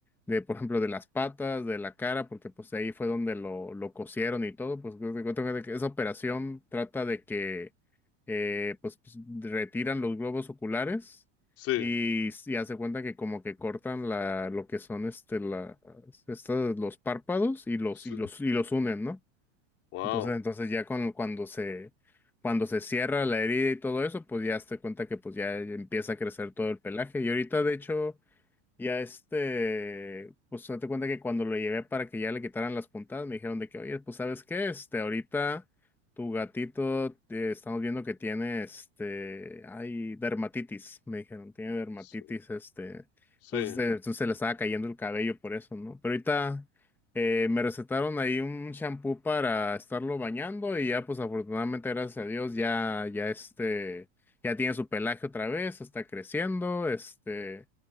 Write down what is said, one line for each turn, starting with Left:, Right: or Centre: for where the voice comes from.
Centre: de, por ejemplo, de las patas, de la cara, porque pues ahí fue donde lo, lo cosieron y todo, pues te cuento que de que esa operación trata de que, eh, pues, pues, retiran los globos oculares
Left: sí,
Centre: y, y hace cuenta que como que cortan la, lo que son, este, la, estas- los párpados y los,
Left: sí,
Centre: y los, y los unen, ¿no?
Left: wow,
Centre: Entonces, entonces ya con, cuando se, cuando se cierra la herida y todo eso, pues ya te cuenta que pues ya empieza a crecer todo el pelaje. Y ahorita, de hecho, y a este, pues date cuenta que cuando lo llevé para que ya le quitaran las puntadas, me dijeron de que, oye, pues ¿sabes qué? Este, ahorita tu gatito, eh, estamos viendo que tiene, este, hay dermatitis, me dijeron, tiene dermatitis,
Left: sí,
Centre: este,
Left: sí,
Centre: entonces, eh, entonces se le estaba cayendo el cabello por eso, ¿no? Pero ahorita eh, me recetaron ahí un shampoo para estarlo bañando y ya, pues afortunadamente, gracias a Dios, ya, ya este, ya tiene su pelaje otra vez, está creciendo, este.